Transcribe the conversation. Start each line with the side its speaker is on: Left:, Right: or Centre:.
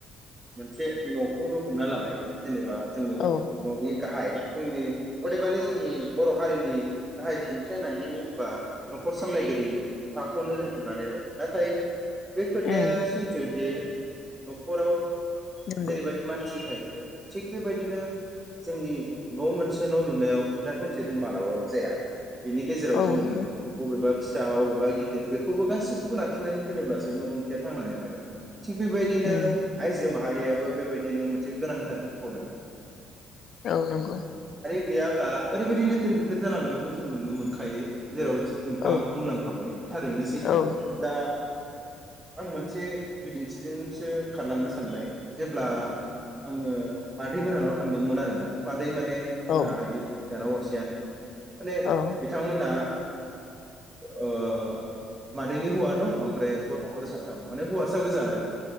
Right: मोनसे नखौनो हमना लाबाय जेनेबा जोङो
Left: औ
Right: ननि गाहाय जोंनि अदेबानि जोंनि बर हारिनि गाहाय खुन्थिया होननानै बा नखर सामलायगिरि बिफाखौनो जों हमनानै लायो नाथाय बे खोथाया
Left: उम
Right: सैथोदि न'खराव
Left: नंगौ
Right: जेरैबायदि मानसि थायो। थिग बेबायदिनो जोंनि न मोनसे न लुनायाव खुन्था थंसेजों मालाबाबो जाया बिनि गेजेराव
Left: औ
Right: जोङो
Left: नंगौ
Right: बबेबा फिसा अबेबा गिदिर बेखौबो गासिखौबो लाखिनानै दोनोब्लासो न गंसेया थांनानै थागोन थिग बेबायदिनो
Left: उम
Right: माहारियाबो बेबायदिनो मोनसे गोनांथार खावलाय
Left: औ नंगौ
Right: गैयाब्ला ओरैबायाददि लेथेर गेदेर जालांनायखौ जों नुनो मोनखायो जेराव नोंथाङाबो
Left: औ
Right: बुंलांखाबाय थारैनो सैथो
Left: औ
Right: दा आं मोनसे बिदिन्थिजोंसो खारलांनो सानबाय जेब्ला आङो मादै मोनहानाव थांदोंमोन आरोना मा दै माने जोंहा
Left: औ
Right: आइनि बिनानाव असेयानो माने
Left: औ
Right: बिथांमोना ओ मादैनि हौवा दं ओमफ्राय गथ'फोर साथाम माने हौवासा गोजा आरो